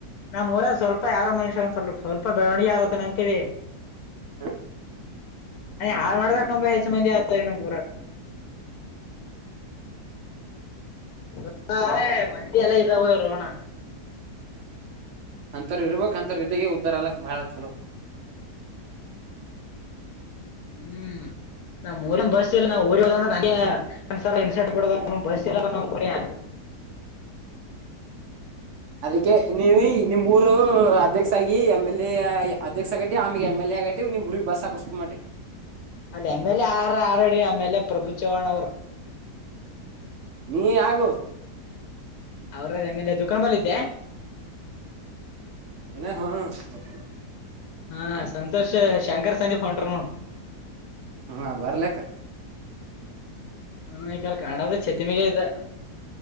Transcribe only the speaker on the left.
ನಮ್ಮ ಊರಗ ಸ್ವಲ್ಪ ಯಾರರ ಮನುಷ್ಯ ಒಂದ್ ಸ್ವಲ್ಪ ಸ್ವಲ್ಪ ಬೆಳವಣಿಗೆ ಆಗಕ ಅತ್ತನ ಅಂತ ತಿಳಿ,
ಅಯ್ಯ ಹಾಳ್ ಮಾಡ್ಬೇಕೆಂಬ ಹೆಚ್ಚ ಮಂದಿ ಆತ ನಮ್ಮ ಊರಗ
ಸುತ್ತ ಏ ಮಂದಿಯ ಎಲ್ಲ ಇರೋರ ಅಣ್ಣ
ಹು ನಮ್ಮ ಊರಿಂದ ಬಸ್ ನಾವು ಊರಿಗ ಹೋದರ ನಮಗೆ ಒಂದ್ ಇನ್ಸೆಟ್ ಬಿ ಬಸ್ ಇಲ್ಲ ನಮ್ಮೂರಿಗೆ
ಅಲ್ಲಿ ಎಂಎಲ್ಎ ಆರ ಆರಡಿ ಆಮೇಲೆ ಪ್ರಭು ಚವ್ಹಾಣ ಅವರು
ಅವರದ ಎಂಎಲ್ಎ ದುಖಾನ್ ಬಲ್ಲ ಇದ್ದೆ
ಹಾ ಸಂತೋಷ್ ಶಂಕರ್ ಸಂದೀಪ್ ಹೊಂಟಾರ್ ನೋ
ಹಾ ಈಕಡ ಕಾಣದ ಚೆತಿಮಗ ಇದೆ